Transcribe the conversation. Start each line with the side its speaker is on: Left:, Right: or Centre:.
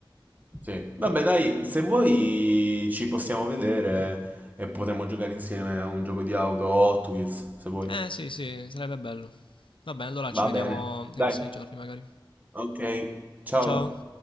Right: Sì. Vabbè, dai, se vuoi ci possiamo vedere e potremo giocare insieme a un gioco di auto o Hot Wheels, se vuoi.
Left: Eh sì, sì, sarebbe bello. Va bene, allora ci
Right: Va
Left: vediamo
Right: bene.
Left: nei
Right: Dai.
Left: prossimi giorni magari.
Right: Ok, ciao.
Left: Ciao.